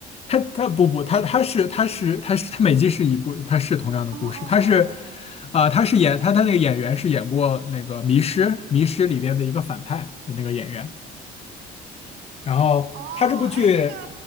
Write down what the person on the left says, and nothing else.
他他不不，他他是他是他是它每季是一部，他是同样的故事，
他是，啊、它是演他他那个演员是演过那个《迷失》《迷失》里边的一个反派的那个演员，然后他这部剧